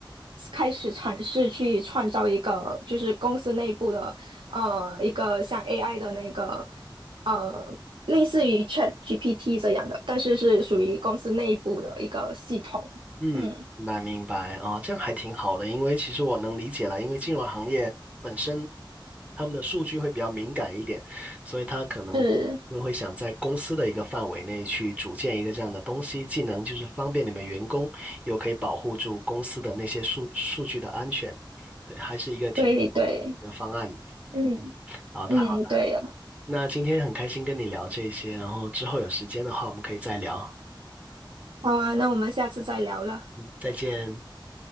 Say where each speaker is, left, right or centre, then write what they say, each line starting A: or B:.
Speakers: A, on the right; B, on the right.
A: 开始尝试去创造一个，就是公司内部的呃一个像 AI 的那个呃类似于 ChatGPT 这样的，但是是属于公司内部的一个系统。
B: 嗯，
A: 嗯。
B: 明白明白啊，这样还挺好的，因为其实我能理解了，因为金融行业本身他们的数据会比较敏感一点，所以他可能会会想在公司的一个范围内去组建一个这样的东西，
A: 是，
B: 既能就是方便你们员工，又可以保护住公司的那些数数据的安全，对，还是一个挺不错的一个方案。
A: 对对，嗯
B: 嗯，好的好的，
A: 嗯，对呀，
B: 那今天很开心跟你聊这些，然后之后有时间的话我们可以再聊，
A: 好啊，那我们下次再聊了，
B: 再见。